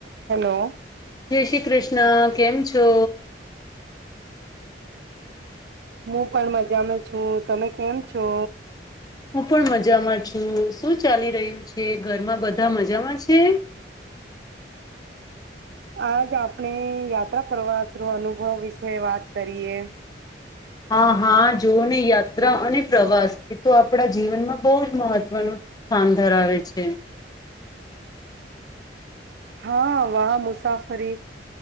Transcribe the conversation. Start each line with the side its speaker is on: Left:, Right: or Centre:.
Right: Hello.
Left: જય શ્રી કૃષ્ણ કેમ છો?
Right: હું પણ મજામાં છું તમે કેમ છો?
Left: હું પણ મજામાં છું શું ચાલી રહ્યું છે ઘરમાં બધા મજામાં છે?
Right: આજ આપણે યાત્રા પ્રવાસરો અનુભવ વિશે વાત કરીએ.
Left: હા હા જોવ ને યાત્રા અને પ્રવાસ એ તો આપડા જીવનમાં બઉ મહત્વનું સ્થાન ધરાવે છે.
Right: હા વાહ મુસાફરી